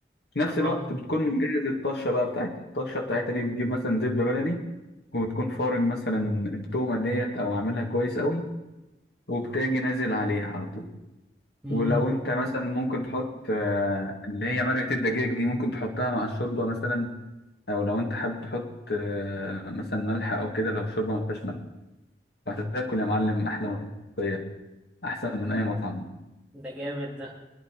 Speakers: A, on the left; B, in the centre.
A: في نفس
B: اه
A: الوقت بتكون مجهز الطشة بقى بتاعتها الطشة بتاعتها دي بتجيب مثلا زبدة بلدي وبتكون فارم مثلا التومة ديت او عاملها كويس قوي وبتاجي نازل عليها على طول
B: امم
A: ولو انت مثلا ممكن تحط آه، اللي هي مرقة الدجاج دي ممكن تحطها مع الشوربة مثلا او لو انت حابب تحط آه، مثلا ملح او كده لو الشوربة ما فيهاش ملح وهتاكل يا معلم احلى ملوخية احسن من اي مطعم
B: ده جامد ده